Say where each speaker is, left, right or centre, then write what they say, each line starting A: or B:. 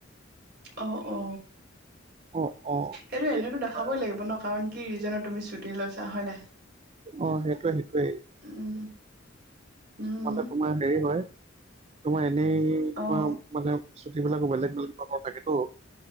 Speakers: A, on the right (about 55°); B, on the right (about 30°).
A: অ', অ
B: অ অ
A: এইটো এনেতো
B: এই
A: দ
B: তোমাৰ
A: হবই লাগিব ন কাৰণ কি ৰিজনত তুমি ছুটি লৈছা হয় নাই?
B: অ' সেইটোয়ে সেইটোয়ে।
A: <inaudible> উম
B: মানে তোমাৰ হেৰি হয় তোমাৰ এনেই
A: অ
B: তোমাৰ। মানে চুটি বিলাকো বেলেগ বেলেগ ধৰণৰ থাকেতো